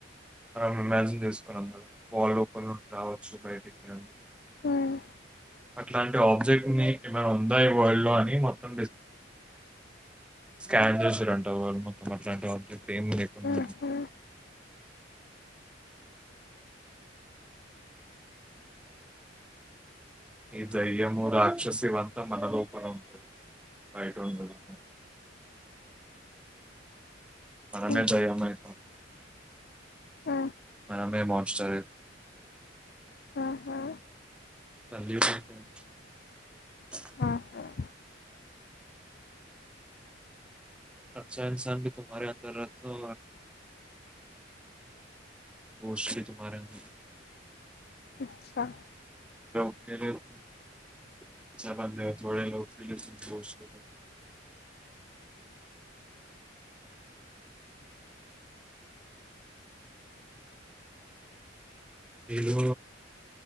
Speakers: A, in the centre; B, on the left (about 55°).
A: మనం ఇమాజిన్ చేసుకున్నాం కదా వాల్ ఓపన్ నుండి రావచ్చు బయటికి అని
B: ఉమ్
A: అట్లాంటి ఆబ్జెక్ట్ ని ఏమైనా ఉందా వరల్డ్ లో అని మొత్తం డిస్ స్కాన్ చూశారంట వారు మొత్తం అట్లాంటి ఆబ్జెక్ట్ ఏం లేకుండా
B: అ ఆ
A: ఈ దయ్యము రాక్షసి అంతా మన లోపల ఉంటది బయటుండదు మనమే
B: ఉమ్
A: దెయ్యం అయితాం
B: ఆ
A: మనమే మంస్టర్
B: ఆహా
A: <inaudible>
B: ఆఫ్టర్
A: అచ్చా <inaudible> మోష్ట్లీ తుమారో <inaudible>
B: అచ్చా
A: <inaudible> వీరు